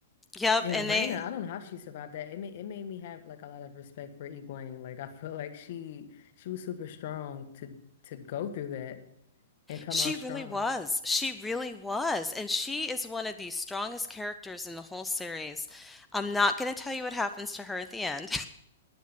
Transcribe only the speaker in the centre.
yep.
And
they,
she
really was, she really was, and she is one of the strongest characters in the whole series. I'm not going to tell you what happens to her at the end.